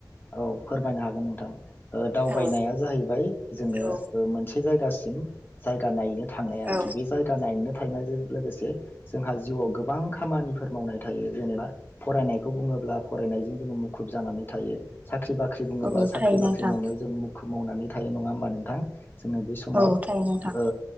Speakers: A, on the left; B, on the right.
A: औ फोरमायनो हागोन नोंथां ओ दावबायनाया
B: औ
A: जाहैबाय जोङो
B: औ
A: ओ मोनसे बे जायगासिम जायगा नायनो थांनाय आरोखि
B: औ
A: बे जायगा नायनो थानायजों लोगोसे जोंहा जिउआव गोबां खामानिफोर मावनाय थायो जेनेबा फरायनायखौ बुङोब्ला फरायनायजों जोङो मुखुब जानानै थायो साख्रि बाख्रि बुङोबा
B: औ
A: साख्रि
B: थायो
A: बाख्रि
B: नोंथां
A: मावनायाव जों मुं खौ मावनानै थायो नङा होमबा नोंथां जोङो बे समाव
B: औ थायो नोंथां
A: ओ